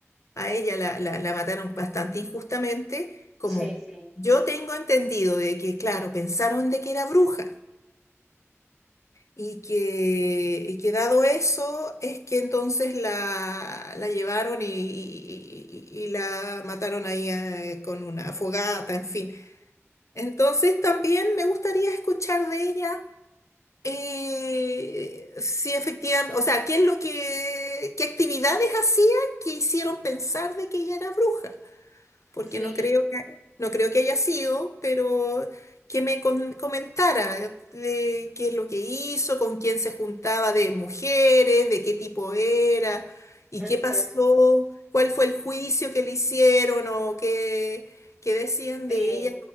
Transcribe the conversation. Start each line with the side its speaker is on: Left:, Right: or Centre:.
Left: a ella la, la- la mataron bastante injustamente, como
Centre: Sí, sí,
Left: yo tengo entendido de que, claro, pensaron de que era bruja y que, y que dado eso es que entonces la, la llevaron y, y- y- y la mataron ahí eh, con una fogata, en fin. Entonces también me gustaría escuchar de ella. eh, si efectivamente, o sea, ¿qué es lo que, qué actividades hacía que hicieron pensar de que ella era bruja? porque
Centre: sí,
Left: no creo que, no creo que haya sido, pero que me con- comentara de qué es lo que hizo, con quién se juntaba de mujeres, de qué tipo era y
Centre: ujú,
Left: qué pasó, cuál fue el juicio que le hicieron o qué, qué decían
Centre: sí.
Left: de ella